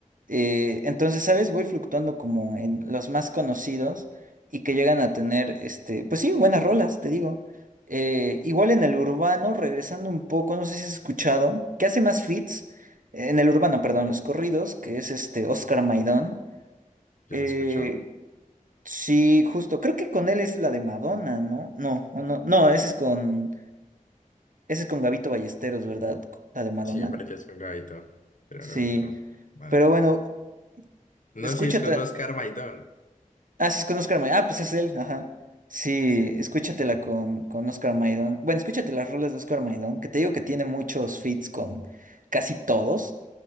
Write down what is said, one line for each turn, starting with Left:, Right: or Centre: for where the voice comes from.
Right: Eh, entonces, ¿sabes? Voy fluctuando como en los más conocidos y que llegan a tener, este, pues sí, buenas rolas, te digo. Eh, igual en el urbano, regresando un poco, no sé si has escuchado, que hace más feats, eh, en el urbano, perdón, los corridos, que es este Oscar Maidón.
Left: Yo
Right: Eh,
Left: lo he escuchado.
Right: sí, justo, creo que con él es la de Madonna, ¿no? No, o
Left: Ujú.
Right: no, no, ese es con, ese es con Gabito Ballesteros, ¿verdad? La de Madonna.
Left: Siempre que es con Gabito. Pero
Right: Sí,
Left: ahora busco. Ah,
Right: pero
Left: no,
Right: bueno,
Left: No,
Right: escúchate.
Left: sí, es con Oscar Maidón.
Right: Ah, sí, es con Oscar Maidón. Ah, pues es él, ajá. Sí,
Left: Sí, sí.
Right: escúchatela con, con Oscar Maidón. Bueno, escúchate las rolas de Oscar Maidón, que te digo que tiene muchos feats con casi todos.